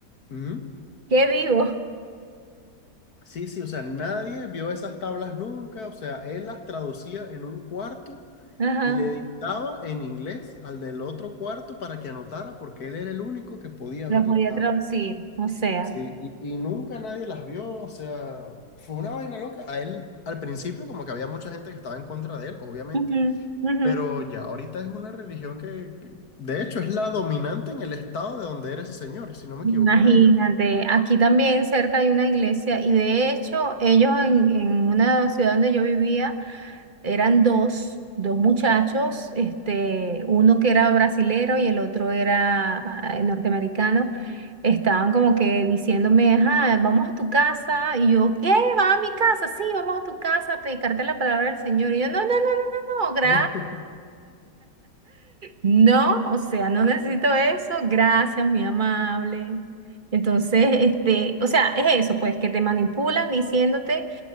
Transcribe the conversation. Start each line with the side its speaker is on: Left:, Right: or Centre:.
Left: Ujú.
Right: Qué vivo.
Left: Sí, sí, o sea, nadie vio esas tablas nunca, o sea, él las traducía en un cuarto
Right: Ajá.
Left: y le dictaba en inglés al del otro cuarto para que anotara porque él era el único que podía
Right: Los
Left: ver
Right: podía
Left: las tablas.
Right: traducir. O sea.
Left: Sí, y, y nunca nadie las vio, o sea, fue una vaina loca. A él, al principio, como que había mucha gente que estaba en contra de él, obviamente,
Right: Ujú, ujú.
Left: pero ya ahorita es una religión que, que- de hecho, es la dominante en el estado de donde era ese señor, si no me
Right: Imagínate,
Left: equivoco, era yo.
Right: aquí también cerca hay una iglesia y de hecho ellos en, en una ciudad donde yo vivía eran dos, dos muchachos, este, uno que era brasilero y el otro era ah, eh, norteamericano. Estaban como que diciéndome, ajá, vamos a tu casa. Y yo, ¿qué? ¿Vas a mi casa? Sí, vamos a tu casa a predicarte la palabra del Señor. Y yo, no, no, no, no, gracias.
Left: <laughs>
Right: No, o sea, no necesito eso. Gracias, muy amable. Entonces, este, o sea, es eso, pues, que te manipulan diciéndote